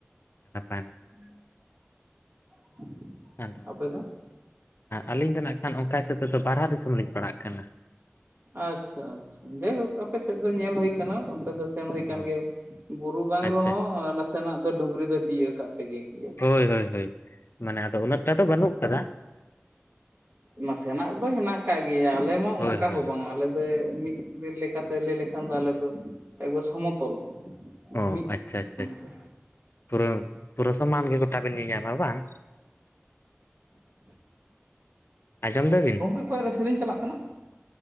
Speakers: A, on the left; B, on the right.
A: ᱱᱟᱯᱟᱭ,
B: <unintelligible>
A: ᱜᱮ ᱟᱫᱚ
B: ᱟᱯᱮ ᱫᱚ
A: ᱟᱹᱞᱤᱧ ᱫᱚ ᱱᱟᱜ ᱠᱷᱟᱱ ᱚᱠᱟ ᱦᱤᱥᱟᱹᱵ ᱛᱮᱫᱚ ᱵᱟᱨᱦᱟ ᱫᱤᱥᱚᱢ ᱞᱤᱧ ᱯᱟᱲᱦᱟᱜ ᱠᱟᱱᱟ,
B: ᱟᱪᱼᱪᱷᱟ ᱟᱪᱼᱪᱷᱟ ᱡᱟᱭᱦᱳᱠ, ᱟᱯᱮ ᱥᱮᱫ ᱫᱚ ᱧᱮᱞ ᱦᱳᱭ ᱟᱠᱟᱱᱟ ᱚᱱᱛᱮ ᱫᱚ ᱥᱮᱱ ᱦᱳᱭ ᱟᱠᱟᱱ
A: ᱚ
B: ᱜᱮᱭᱟ ᱵᱩᱨᱩ ᱵᱟᱝ
A: ᱟᱪᱪᱷᱟ
B: ᱨᱮᱦᱚᱸ
A: ᱟᱪᱪᱷᱟ
B: ᱱᱟᱥᱮ, ᱛᱮᱱᱟᱜ ᱫᱚ ᱰᱩᱝᱨᱤ ᱫᱚᱭ ᱛᱤᱭᱟᱹᱜ ᱠᱟᱜ ᱯᱮᱜᱮ ᱜᱮᱭᱟ,
A: ᱦᱳᱭ ᱦᱳᱭ ᱦᱳᱭ, ᱢᱟᱱᱮ ᱟᱫᱚ ᱩᱱᱟᱹᱜᱴᱟ ᱫᱚ ᱵᱟᱹᱱᱩᱜ ᱟᱠᱟᱫᱟ,
B: ᱱᱟᱥᱮ ᱱᱟᱜ ᱫᱚ ᱦᱮᱱᱟᱜ ᱠᱟᱜ ᱜᱮᱭᱟ ᱟᱞᱮ ᱢᱟ
A: ᱦᱳᱭ
B: ᱚᱱᱠᱟ
A: ᱦᱳᱭ
B: ᱦᱚᱸ ᱵᱟᱝ ᱟᱞᱮ ᱢᱤᱫ ᱵᱮ ᱞᱮᱠᱟᱛᱮ ᱞᱟᱹᱭ ᱞᱮᱠᱷᱟᱱ ᱫᱚ ᱟᱞᱮ ᱫᱚ ᱮᱠᱵᱟᱨ ᱥᱚᱢᱚᱛᱚᱞ,
A: ᱚ
B: ᱢᱤᱫ
A: ᱟᱪᱪᱷᱟ ᱟᱪᱪᱷᱟ ᱟᱪᱷᱟ,
B: ᱛᱮ᱾
A: ᱯᱩᱨᱟᱹ ᱯᱩᱨᱟᱹ ᱥᱚᱢᱟᱱ ᱜᱮ ᱜᱚᱴᱟ ᱵᱤᱱ ᱧᱮᱧᱟᱢᱟ ᱵᱟᱝ, ᱟᱸᱡᱚᱢ ᱫᱟ ᱵᱤᱱ?
B: ᱜᱚᱝᱠᱮ ᱚᱠᱚᱭᱟᱜ ᱨᱮ ᱥᱮᱨᱮᱧ ᱪᱟᱞᱟᱜ ᱠᱟᱱᱟ